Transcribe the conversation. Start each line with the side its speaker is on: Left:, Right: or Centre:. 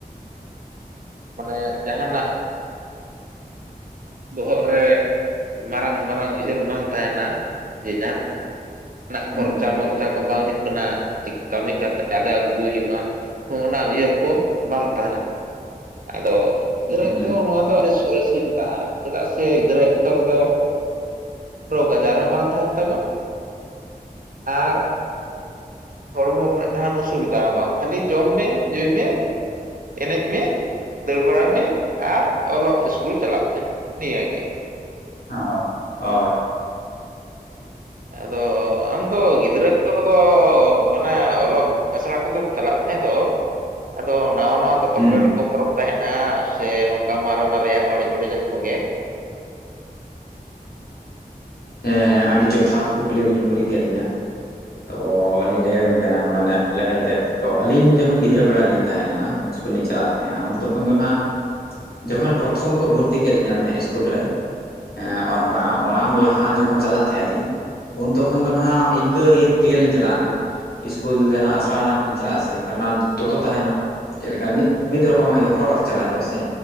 Right: ᱱᱮ ᱡᱟᱦᱟᱸᱱᱟᱜ ᱵᱚᱦᱚᱜ ᱨᱮ, ᱢᱟᱨᱟᱝ ᱢᱟᱨᱟᱝ ᱩᱭᱦᱟᱹᱨ ᱵᱟᱝ ᱛᱟᱦᱮᱸᱱᱟ ᱡᱮ ᱡᱟᱦᱟᱸ ᱱᱟᱜ
Left: ᱦᱩᱸ
Right: ᱠᱷᱚᱨᱪᱟ ᱢᱚᱨᱪᱟ ᱠᱚ ᱵᱟᱝ ᱦᱩᱭᱩᱜ ᱠᱟᱱᱟᱜ ᱠᱟᱹᱢᱤ ᱠᱟᱛᱮ ᱟᱨᱡᱟᱣ ᱟᱹᱜᱩᱭ ᱦᱩᱭᱩᱜᱼᱟ, ᱚᱱᱟ ᱩᱭᱦᱟᱹᱨ ᱠᱚ ᱵᱟᱝ ᱛᱟᱦᱮᱸᱱᱟ᱾ ᱟᱫᱚ ᱜᱤᱫᱽᱨᱟᱹ
Left: ᱦᱩᱸ
Right: ᱚᱠᱛᱚ ᱫᱚ ᱱᱚᱣᱟ ᱫᱚ ᱟᱹᱰᱤ ᱥᱚᱨᱮᱥᱤᱧ ᱢᱮᱛᱟᱜᱼᱟ ᱪᱮᱫᱟᱜ ᱥᱮ ᱜᱤᱫᱽᱨᱟᱹ ᱚᱠᱛᱚ ᱨᱮᱫᱚ ᱨᱳᱜᱽ ᱟᱡᱟᱨ ᱦᱚᱸ ᱵᱟᱝ ᱛᱟᱦᱮᱸᱱ ᱛᱟᱢᱟ, ᱟᱨ ᱦᱚᱲᱢᱚ ᱨᱮᱱᱟᱜ ᱡᱟᱦᱟᱸᱱ ᱚᱥᱩᱵᱤᱫᱟ ᱦᱚᱸ ᱵᱟᱝ ᱠᱷᱟᱹᱞᱤ ᱡᱚᱢ ᱢᱮ, ᱧᱩᱭ ᱢᱮ, ᱮᱱᱮᱡ ᱢᱮ, ᱫᱟᱹᱲ ᱵᱟᱲᱟᱭ ᱢᱮ ᱟᱨ ᱚᱞᱚᱜ ᱤᱥᱠᱩᱞ ᱪᱟᱞᱟᱜ ᱢᱮ ᱱᱤᱭᱟᱹ ᱜᱮ᱾
Left: ᱦᱳᱭ ᱦᱳᱭ᱾
Right: ᱟᱫᱚ ᱟᱢ ᱫᱚ ᱜᱤᱫᱽᱨᱟᱹ ᱚᱠᱛᱚ ᱠᱚᱫᱚ ᱢᱟᱱᱮ ᱚᱞᱚᱜ ᱟᱥᱲᱟ ᱠᱚᱛᱮᱢ ᱪᱟᱞᱟᱜ ᱛᱟᱦᱮᱸᱫ ᱫᱚ ᱟᱫᱚ ᱱᱟᱣᱟ ᱱᱟᱣᱟ ᱫᱚᱛᱚ
Left: ᱦᱩᱸ
Right: ᱯᱮᱱᱴ ᱠᱚᱢ ᱦᱚᱨᱚᱜ ᱛᱟᱦᱮᱸᱱᱟ ᱥᱮ ᱱᱚᱝᱠᱟ ᱢᱟᱨᱮ ᱢᱟᱨᱮᱭᱟᱜ ᱚᱲᱮᱡ ᱚᱲᱮᱡᱟᱜ ᱠᱚᱜᱮ?
Left: ᱦᱮᱸ ᱦᱮᱸ ᱟᱹᱰᱤ ᱡᱚᱛᱷᱟᱛ ᱠᱩᱠᱞᱤ ᱵᱤᱱ ᱠᱩᱞᱤ ᱠᱮᱫ ᱞᱤᱧᱟ᱾ ᱛᱚᱻ ᱞᱤᱧ ᱞᱟᱹᱭ ᱟᱵᱤᱱ ᱠᱟᱱᱟ ᱱᱚᱣᱟ ᱨᱮᱱᱟᱜ ᱞᱟᱹᱱᱟᱹᱭ ᱛᱮᱫ, ᱛᱚ ᱟᱹᱞᱤᱧ ᱡᱚᱠᱷᱚᱱ ᱜᱤᱫᱽᱨᱟᱹ ᱵᱮᱲᱟ ᱨᱮᱞᱤᱧ ᱛᱟᱦᱮᱸ ᱞᱮᱱᱟ ᱤᱥᱠᱩᱞ ᱞᱤᱧ ᱪᱟᱞᱟᱜ ᱛᱟᱦᱮᱸᱜᱼᱟ ᱩᱱ ᱛᱚᱠᱷᱚᱱ ᱫᱚ ᱱᱟᱦᱟᱜ ᱡᱚᱠᱷᱚᱱ ᱯᱨᱚᱛᱷᱚᱢ ᱠᱚ ᱵᱷᱩᱨᱛᱤ ᱠᱮᱫ ᱞᱤᱧᱟ ᱛᱟᱦᱮᱸᱫ ᱩᱥᱠᱩᱞ ᱨᱮ, ᱦᱮᱸ ᱟᱨ ᱵᱟᱝ ᱚᱱᱟᱢ ᱞᱟᱦᱟ ᱡᱚᱠᱷᱚᱱ ᱪᱟᱞᱟᱜ ᱛᱟᱦᱮᱸᱜ ᱟᱞᱤᱧ, ᱩᱱ ᱛᱚᱠᱷᱚᱱ ᱫᱚ ᱱᱟᱦᱟᱜ ᱤᱱᱠᱟᱹ ᱤᱭᱟᱹ ᱛᱮᱜᱮᱞᱤᱧ ᱪᱟᱞᱟᱜᱼᱟ ᱱᱟᱦᱟᱜ᱾ ᱤᱥᱠᱩᱞ ᱡᱟᱦᱟᱸ ᱟᱥᱲᱟ ᱦᱟᱸᱜ ᱞᱤᱧ ᱪᱟᱞᱟᱜᱼᱟ ᱥᱮ ᱮᱱᱠᱷᱟᱱ ᱚᱱᱟ ᱫᱚᱛᱚ ᱛᱟᱦᱮᱸᱱᱟ, ᱪᱮᱫ ᱞᱮᱠᱟ ᱢᱤᱫ ᱢᱤᱫ ᱨᱚᱠᱚᱢᱟᱜ ᱜᱮ ᱦᱚᱨᱚᱜ ᱠᱟᱛᱮᱜ ᱪᱟᱞᱟᱜ ᱦᱩᱭᱩᱜᱼ ᱟ ᱥᱮ,